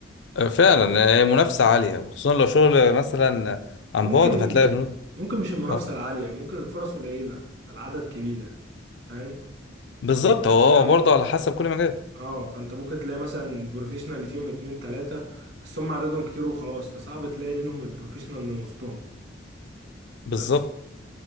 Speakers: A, on the left; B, on the right.
A: آه، فعلا آه، منافسة عالية وخصوصا لو شغل مثلا عن
B: ممكن
A: بعد فهتلاقي البنود
B: ممكن مش المنافسة
A: اه
B: العالية ممكن الفرص قليلة فالعدد كبير فاهم
A: بالظبط هو
B: يعني
A: هو برضه على حسب كل مجال
B: اه فانت ممكن تلاقي مثلا بروفيشنال اللي فيهم اتنين تلاتة بس هم عددهم كتير وخلاص فصعب تلاقي منهم البروفيشنال من وسطهم
A: بالظبط
B: بس